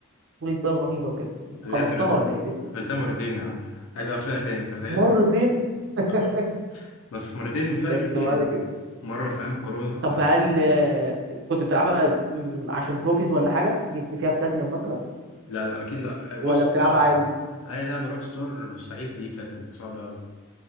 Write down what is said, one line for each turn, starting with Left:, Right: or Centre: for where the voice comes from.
Right: طولة بال رهيبه بجد
Left: لعبت
Right: خلصتها
Left: ردد
Right: ولا ايه ريد ديد
Left: قفلتها مرتين يا عم عايز اقفلها تاني تخيل
Right: مرتين <laughs>
Left: اه بس مرتين فرق
Right: خدت
Left: كبير
Right: بالي
Left: يعني
Right: كده
Left: مرة في ايام الكورونا
Right: طب
Left: بعد
Right: هل
Left: كده-
Right: آه، كنت بتلعبها م، عشان تروفيز ولا حاجه جبت فيها بلاتينم مثلا
Left: لا لا، اكيد لا بص
Right: ولا بتلعبها
Left: مش-
Right: عادي
Left: اي لعبة روك ستار مستحيل تجيب بلاتينم صعبة اوي